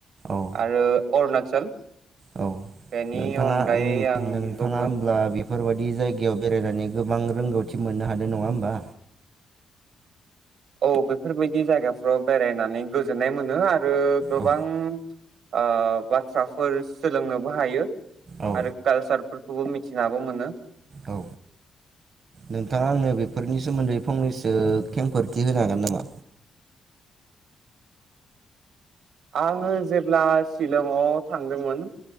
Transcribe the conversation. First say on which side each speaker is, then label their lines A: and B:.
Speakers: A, on the right; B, on the right.
A: औ
B: आरो अरुणाचल
A: औ
B: बेनि
A: नोंथाङा
B: अनगायै
A: उम
B: आं
A: नोंथाङा
B: गुबुन
A: होमब्ला बि बेफोरबाददि जायगायाव बेरायनानै गोबां रोंगौथि मोननो हानाय नङा होमबा
B: औ बेफोरबायदि जायगाफ्राव बेरायनानै गोजोननाय मोनो आरो गोबां
A: औ
B: ओ बाथ्राफोर सोलोंनोबो हायो
A: औ
B: आरो काल सारफोर खौबो मिथिनाबो मोनो
A: औ नोंथांङा आंनो बेफोरनि सोमोन्दै फंनैसो खेंफोरथि होनो हागोन नामा?
B: आङो जेब्ला शिलंआव थांदोंमोन